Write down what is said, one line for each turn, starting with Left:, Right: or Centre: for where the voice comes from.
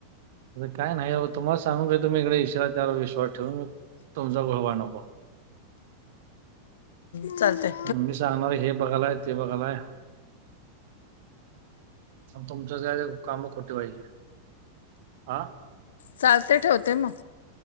Right: काय नाही तुम्हाला सांगू काय तुम्ही इकडे इशारा त्यावर विश्स ठेव म तुमचा घोवा नको
Left: ् चालतय
Right: मी सांगणार हे बघायलाय ते बघालाय तुमचं कामं खोटे पाहिजे हा
Left: चालते ठेवते मग